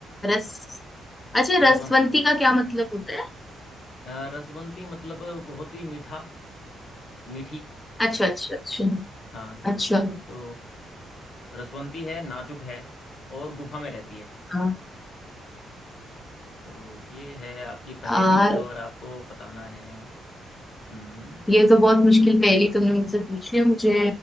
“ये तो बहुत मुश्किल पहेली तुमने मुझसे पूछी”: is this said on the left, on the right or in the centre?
Left